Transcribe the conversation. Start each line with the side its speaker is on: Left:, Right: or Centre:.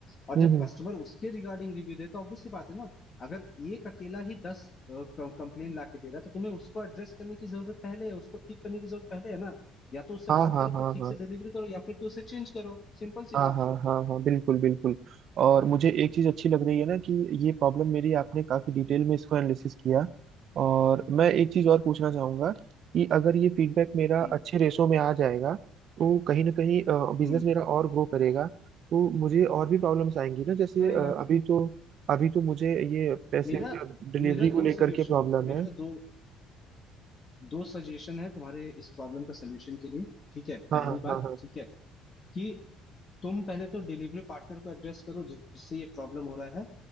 Left: और
Right: हम्म
Left: जब
Right: हम्म,
Left: कस्टमर उसके रिगार्डिंग रिव्यू दे तो ऑब्वियस सी बात है ना अगर एक अकेला ही दस कंप्लेन ला के दे रहा है तो तुम्हें उसको एड्रेस करने की जरूरत पहले है उसको ठीक करने की जरूरत पहले है ना या तो उससे
Right: हाँ
Left: बात
Right: हाँ
Left: करो
Right: हाँ
Left: कि ठीक
Right: हाँ
Left: से डिलीवरी करो या फिर तो उसे चेंज करो सिंपल सी
Right: हाँ
Left: बात
Right: हाँ हाँ हाँ बिल्कुल बिल्कुल और मुझे एक चीज़ अच्छी लग रही है ना कि ये प्रॉब्लम मेरी आपने काफ़ी डिटेल में इसको एनालिसिस किया और मैं एक चीज़ और पूछना चाहूँगा कि अगर ये फीडबैक मेरा
Left: हम्म
Right: अच्छे रेशो में आ जाएगा तो कहीं ना कहीं बिजनेस
Left: हम्म
Right: मेरा और ग्रो करेगा तो मुझे और भी प्रॉब्लम्स आएंगी ना जैसे
Left: करेगा
Right: अ, अभी तो अभी तो मुझे ये पैसे
Left: मेरा
Right: डिलीवरी
Left: मेरा
Right: को
Left: दो
Right: लेकर
Left: सोल्यूशन
Right: के प्रॉब्लम
Left: मेरा
Right: है
Left: दो दो सजेशन है तुम्हारे इस प्रॉब्लम का सलूशन के लिए ठीक है
Right: हाँ
Left: पहली
Right: हाँ
Left: बात
Right: हाँ हाँ
Left: ठीक है कि तुम पहले तो डिलीवरी पार्टनर को एड्रेस करो जिससे ये प्रॉब्लम हो रहा है